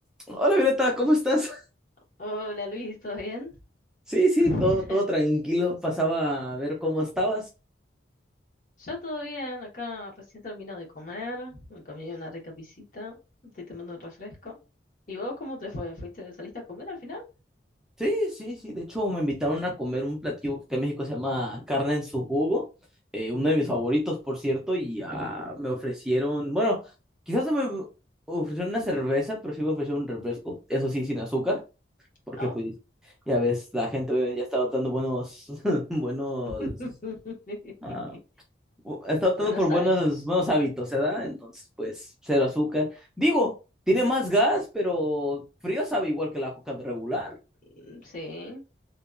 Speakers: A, in the centre; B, on the left (about 45°).
A: Hola Violeta, ¿cómo estás? <laughs>
B: Hola Luis, ¿todo bien?
A: Sí, sí,
B: <laughs>
A: todo, todo tranquilo. Pasaba a ver cómo estabas.
B: Yo todo bien, acá recién termino de comer, me comí una rica pisita, estoy tomando un refresco. ¿Y vos cómo te fue? ¿Fuiste, saliste a comer al final?
A: Sí, sí, sí. De hecho, me invitaron a comer un platillo que acá en México se llama carne en su jugo. eh, uno de mis favoritos, por cierto, y ah, me ofrecieron, bueno, quizás no me ofrecieron una cerveza, pero sí me ofrecieron un refresco. Eso sí, sin azúcar, porque
B: Oh.
A: pues ya ves, la gente ya está adoptando buenos, <laughs> buenos
B: <laughs>
A: ah, o- está optando
B: Buenos
A: por buenos,
B: hábitos.
A: buenos hábitos, ¿verdad? Entonces, pues, cero azúcar. Digo, tiene más gas, pero frío sabe igual que la coca regular.
B: Mm, Sí,